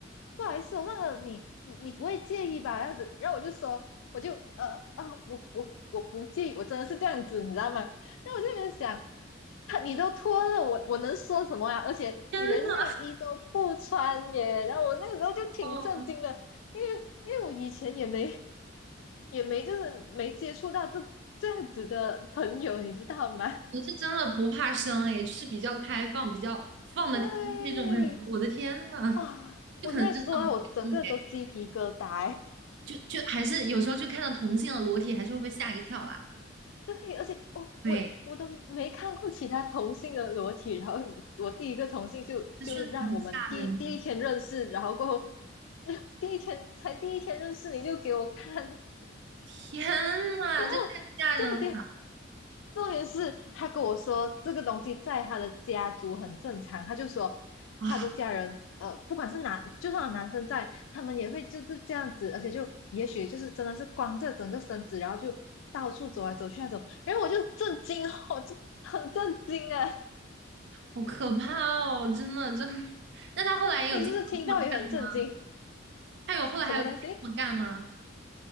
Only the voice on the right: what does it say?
<laughs>！天呐，
哦，
你是真的不怕生诶，就是比较开放、比较放得开那种人。
我的天呐，
就可能真的不太一样
就就还是有时候就看到同性的裸体，还是会被吓一跳啦。
对，
这确实蛮吓人的。
天呐，
这太吓人了
啊！
好可怕哦，真的，真的那他后来也有经常这么干吗？
他有后来还有经常这么干吗？